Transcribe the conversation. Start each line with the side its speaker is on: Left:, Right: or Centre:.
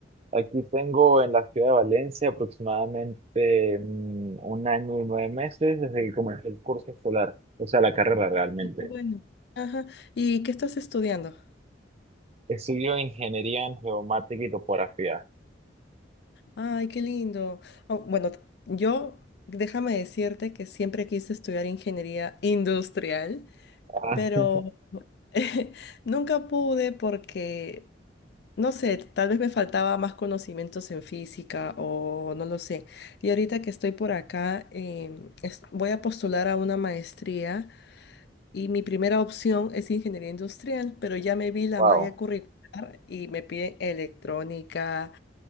Right: Aquí tengo en la ciudad de Valencia aproximadamente mm, un año y nueve meses desde que comencé el curso escolar, o sea, la carrera realmente.
Left: Qué Bueno. Ajá. ¿Y qué estás estudiando?
Right: Estudio ingeniería en geomática y topografía.
Left: Ay, qué lindo. Ah, bueno, t- yo déjame decirte que siempre quise estudiar ingeniería industrial,
Right: Ah,
Left: pero
Right: <laughs>
Left: <laughs> nunca pude porque, no sé, tal vez me faltaba más conocimientos en física o no lo sé. Y ahorita que estoy por acá, em, es- voy a postular a una maestría y mi primera opción es ingeniería industrial, pero ya me vi la
Right: wow.
Left: malla curricular y me piden electrónica